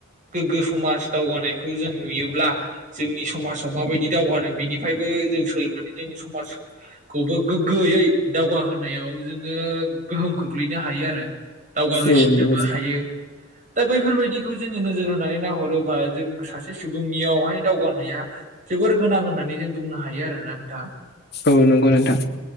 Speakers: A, on the right; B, on the left.
A: गोग्गो समाज दावगानायखौ जों नुयोब्ला। जोंनि समासाव माबायदि दावगाना बिनिफायबो जों सोलोंनानै। जोंनि समाज खौबो। गोयै दावगाहोनायाव जोङो गोहोम खोख्लैनो हायो आरो। दावगा होसिननोबो
B: औ नंगौ नोंथां
A: हायो
B: औ
A: दा बैफोरबायदिखौ जोङो नोजोर होनानै। नाहरोबा जों सासे सुबुंनियावहाय दावगानाया जोबोर गोनां होननानै जों बुंनो हायो आरोना नोंथां।
B: औ नंगौ नोंथां।